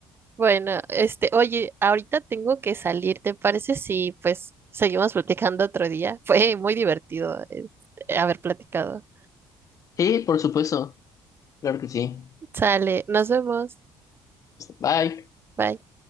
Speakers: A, on the right; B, on the left.
A: Bueno, este, oye, ahorita tengo que salir, ¿te parece si pues seguimos platicando otro día? <laughs> Fue muy divertido, este, haber platicado.
B: Sí, por supuesto, claro que sí.
A: Sale, nos vemos.
B: Bye.
A: Bye.